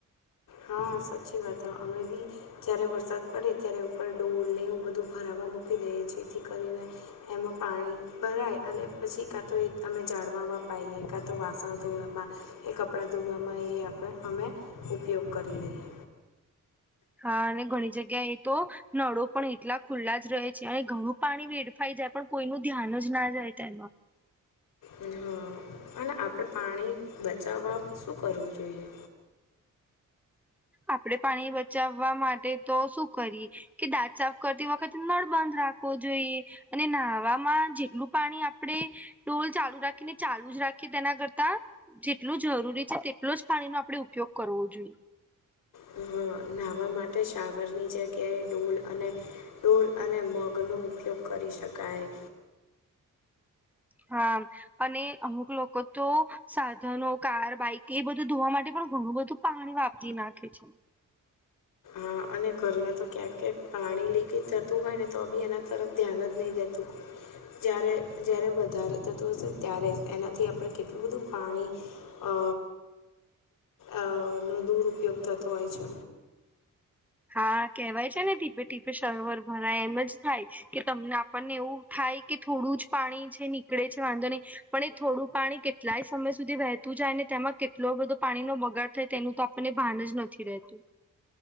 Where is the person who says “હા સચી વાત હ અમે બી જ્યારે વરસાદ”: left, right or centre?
Left